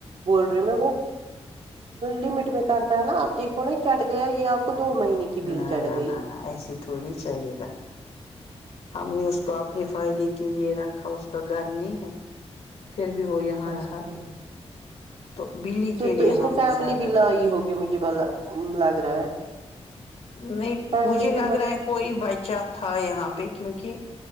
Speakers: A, on the right (about 60°); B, on the left (about 65°).
A: بول رہی میں وہ لمٹ میں کرتا ہے نا آپ دیکھو نہ چٹ گیا یہ آپ کو دو مہینے کی بل
B: نہ
A: چڑھ
B: نہ
A: گئی
B: نہ نہ ایسی تھوڑی چلے گا ہم نے اس کو اپنے فائدے کے لیے رکھا اس کا گھر نہیں ہے پھر بھی وہ یہاں
A: اچھا
B: رہا
A: ٹھیک
B: تو بلی
A: پھر
B: کے لیے
A: تو اس
B: ہم
A: فیملی
B: نے زیادہ
A: بھی لائی
B: تر اس
A: ہوگی مجھے لگ رہا ہے
B: نہیں
A: فیملی
B: مجھے لگ
A: بھی مت
B: رہا ہے کوئی بچہ تھا یہاں پہ کیونکہ